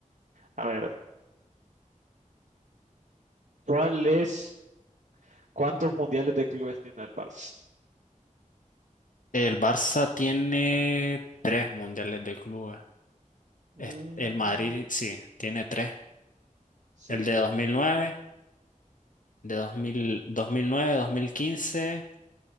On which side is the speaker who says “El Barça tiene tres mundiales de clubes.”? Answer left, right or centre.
Left